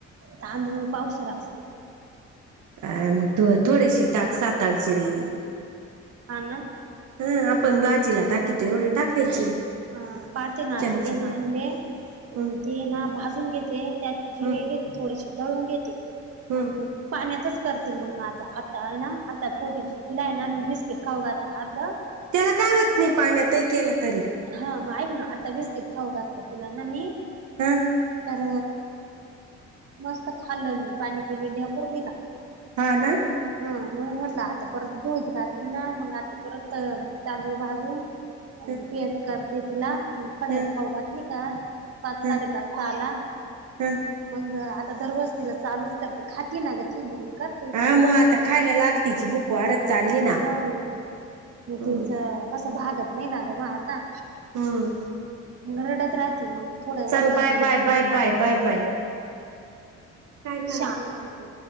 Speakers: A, on the right; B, on the right.
A: तांदूळ पावशेर असते.
B: अ मग तू थोडेशी टाक सात, आठ जिरे
A: हा ना
B: हा आपण भाजीला टाकीतो एवढे टाकायचे
A: हा पाहते ना
B: चमच्याभर
A: ते आनाले
B: हम्म
A: मग ते ना भाजून घेते त्यात जिरे
B: हम्म
A: घेते. ते थोडेसे दळून घेते
B: हम्म
A: आणि पाण्यातच करते मंग आता. आता आहे ना आता थोडीशी तिला आहे. ना मी बी टिकाव घातल अर्ध.
B: त्याला काय होत नाही पाण्यातही केलं तरी.
A: हा मग ऐक ना, आता बिस्किट खाऊ घातलं तिला ना मी.
B: हा
A: तर मस्त खाल्लं पाणी अन पिले ढेकूर दिला.
B: हा ना.
A: हा म्हणुन म्हणलं आता परत जोईत घातली ना मग आता परत ता तांदूळ भाजून
B: <inaudible>
A: आणि पेत करते तिला म थड्याला
B: ह
A: खाऊ घातली का पाच
B: ह
A: साडेपाच पाला
B: ह
A: मग आता दरवाज तिला चालूच करते खाती ना गं ती मग कर.
B: हा मग आता खायला लाग तिची भूक वाढत चाली ना.
A: <unintelligible>
B: हम्म
A: म तिच कसं भागात नाही ना ग म आता.
B: हम्म.
A: रडत राहती मग. थोडं
B: चल
A: वरचं
B: बाय
A: खायला
B: bye bye bye bye bye. काय करायचं
A: शान
B: राहुदे.